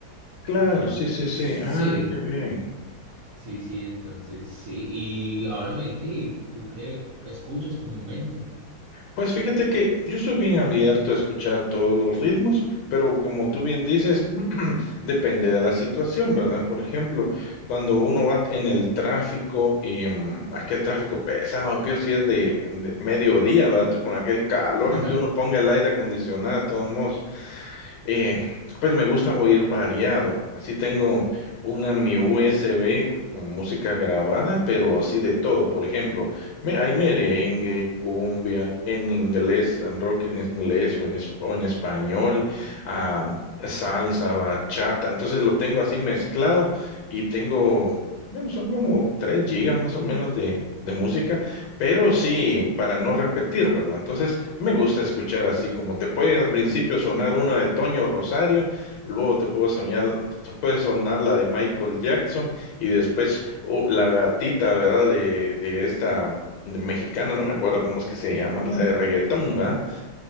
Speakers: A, on the left (about 90°); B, on the right (about 80°).
A: Claro,
B: entonces,
A: sí, sí,
B: sí.
A: sí. Ah, qué bien.
B: Sí, sí, entonces sí. Y háblame de ti, ¿tú qué escuchas comúnmente?
A: Pues fíjate que yo soy bien abierto a escuchar todos los ritmos, pero como tú bien dices, <clears throat> depende de la situación, ¿verdad? Por ejemplo, cuando uno va en el tráfico y mm, aquel tráfico pesado, peor si es de, de mediodía, ¿verdad? Tú con aquel calor,
B: <laughs>
A: aunque uno ponga el aire acondicionado, de todos modos. Eh, pues me gusta oír variado. Así tengo una mi USB con, con música grabada, pero así de todo. Por ejemplo, me, hay merengue, cumbia, en inglés, en rock en inglés o en, es- o en español, ah, salsa, bachata. Entonces lo tengo así mezclado y tengo, bueno, son como 3 gigas más o menos de, de música, pero sí, para no repetir, ¿verdad? Entonces... Me gusta escuchar así, como te puede al principio sonar una de Toño Rosario, luego te puede soñar, te puede sonar la de Michael Jackson y después oh, la gatita, ¿verdad? De, de esta mexicana, no me acuerdo cómo es que se llama, la de reggaetón, ¿va?